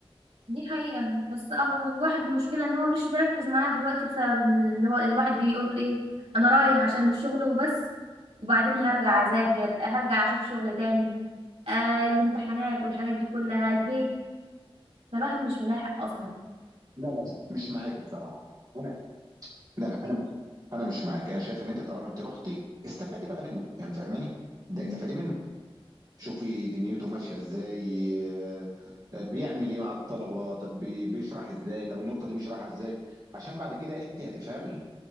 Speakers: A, on the right; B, on the right.
A: دي حقيقة بس اهو الواحد المشكلة ان هو مش مركز معاه دلوقتي بسبب اللي هو الواحد بيقول ايه انا رايح عشان الشغل وبس وبعدين هرجع اذاكر هرجع اشوف شغل تاني آه الامتحانات والحاجات دي كلها البيت فالواحد مش ملاحق اصلا
B: لا لا مش معاك بصراحه انا لا لا انا انا مش معاك انا شايف ان انت طالما انت رحتي استفادي بقى منه يعني فاهماني ده
A: مم.
B: استفادي منه شوفي دنيته ماشيه ازاي آه، آه، بيعمل ايه مع الطلبه طب بي- بيشرح ازاي طب النقطه دي بيشرحها ازاي عشان بعد كده انت هتفهمي